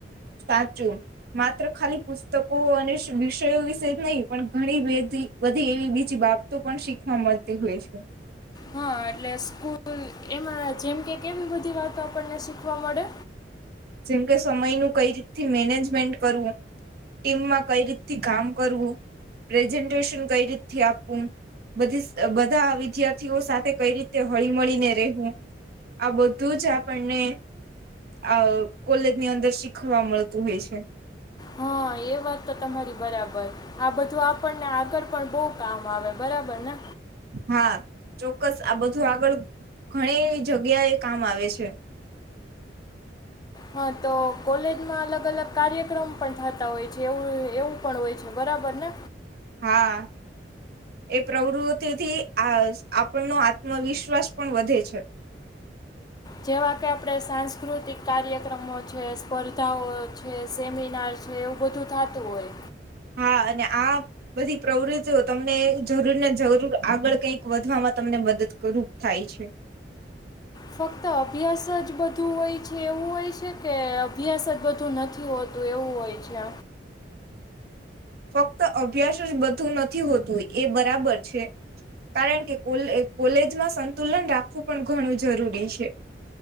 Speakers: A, on the right (about 60°); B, on the left (about 25°).
A: હાચુ, માત્ર ખાલી પુસ્તકો અને વિષયો વિશે જ નઈ પણ ઘણી બેધી બધી એવી બીજી બાબતો પણ શીખવા મળતી હોય છે.
B: હા એટલે સ્કૂલ એમાં જેમ કે કેમ બધી વાતો આપણને શીખ વા મડે.
A: જેમકે સમયનું કઈ રીતથી મેનેજમેન્ટ કરવું, ટીમમાં કઈ રીતથી કામ કરવું, પ્રેઝન્ટેશન કઈ રીતથી આપવું, બધી સ બધા વિદ્યાર્થીઓ સાથે કઈ રીતે હળી મળીને રહેવું, આ બધું જ આપણને અ કોલેજની અંદર શીખવા મલતું હોય છે.
B: હા એ વાત તો તમારી બરાબર, આ બધું આપણને આગળ પણ બઉ કામ આવે બરાબર ને?
A: હા ચોક્કસ આ બધું આગળ ઘણી જગ્યાએ કામ આવે છે.
B: હા તો કોલેજમાં અલગ અલગ કાર્યક્રમ પણ થતા હોય છે એવું એવું પણ હોય છે બરાબર ને?
A: હા, એ પ્રવૃતિથી આજ આપણનો આત્મવિશ્વાસ પણ વધે છે.
B: જેવા કે આપણે સાંસ્કૃતિક કાર્યક્રમો છે, સ્પર્ધાઓ છે, સેમિનાર છે એવું બધું થાતું હોય.
A: હા અને આ બધી પ્રવૃતિઓ તમને જરૂર ને જરૂર આગળ કઈક વધવામાં તમને મદકરૂપ થાય છે.
B: ફક્ત અભ્યાસ જ બધું હોય છે એવું હોય છે કે અભ્યાસ જ બધું નથી હોતું એવું હોય છે?
A: ફક્ત અભ્યાસ જ બધું નથી હોતું એ બરાબર છે, કારણ કે કોલે કોલેજમાં સંતુલન રાખવું પણ ઘણું જરૂરી છે.